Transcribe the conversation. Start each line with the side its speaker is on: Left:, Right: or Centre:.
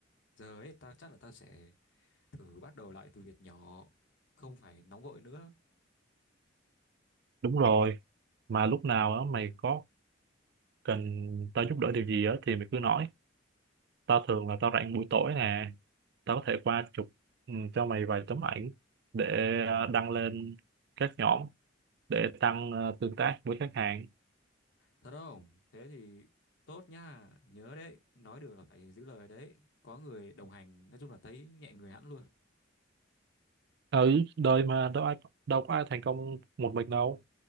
Left: Giờ ấy ta chắc là ta sẽ thử bắt đầu lại từ việc nhỏ, không phải nóng vội nữa.
Right: đúng rồi mà lúc nào á mày có cần tao giúp đỡ điều gì á thì mày cứ nói tao thường là tao rảnh buổi tối nè tao có thể qua chụp ừ, cho mày vài tấm ảnh để ờ, đăng lên các nhóm để tăng ờ, tương tác với khách hàng
Left: Thật không? Thế thì tốt nha, nhớ đấy, nói được là phải giữ lời đấy. Có người đồng hành, nói chung là thấy nhẹ người hẳn luôn.
Right: ở đời mà đâu ai đâu có ai thành công một mình đâu